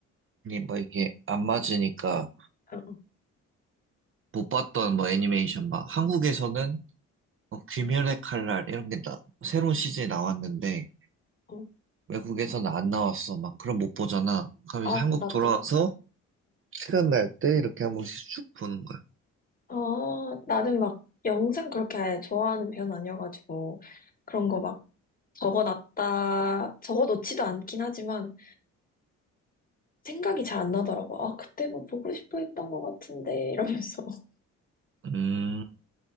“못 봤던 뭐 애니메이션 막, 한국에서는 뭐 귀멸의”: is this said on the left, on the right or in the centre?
Right